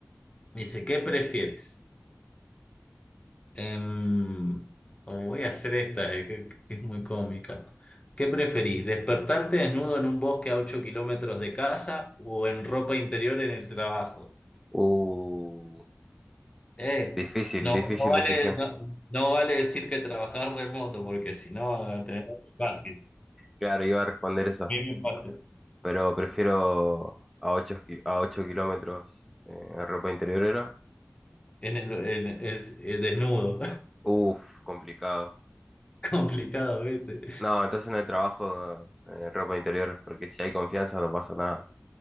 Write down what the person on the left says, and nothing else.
Dice, ¿qué prefieres? Em, oh, voy a hacer esta, eh, que, que es muy cómica. ¿Qué preferís? ¿Despertarte desnudo en un bosque a 8 kilómetros de casa o en ropa interior en el trabajo?
Eh,
no,
no vale,
no, no vale decir que trabajar remoto, porque si no, tenés fácil,
mínimo impacto.
En el, en- es, es desnudo,
<laughs> complicado, ¿viste?